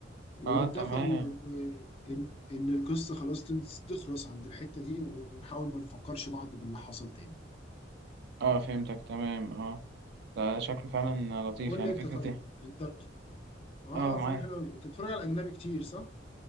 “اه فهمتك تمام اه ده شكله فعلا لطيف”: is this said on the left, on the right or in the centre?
Right